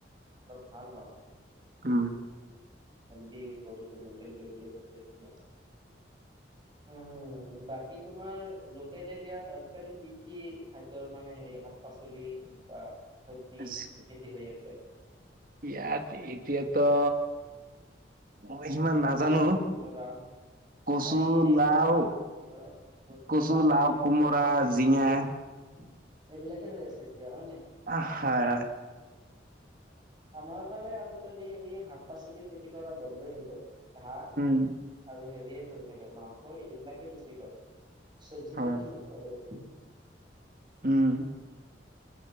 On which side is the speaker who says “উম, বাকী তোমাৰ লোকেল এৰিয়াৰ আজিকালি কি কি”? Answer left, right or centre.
Right